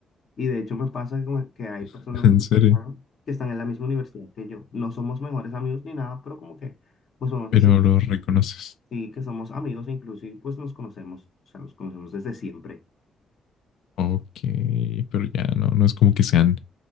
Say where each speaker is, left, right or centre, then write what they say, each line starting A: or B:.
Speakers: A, on the left; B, on the left.
A: Y de hecho me pasa como que hay personas
B: <laughs> En
A: así
B: serio.
A: que están, que están en la misma universidad que yo. No somos mejores amigos ni nada, pero como que pues vamos
B: Pero
A: a
B: los reconoces.
A: Sí, que somos amigos, inclusive, pues nos conocemos, o sea, nos conocemos desde siempre.
B: Ok, pero ya no, no es como que sean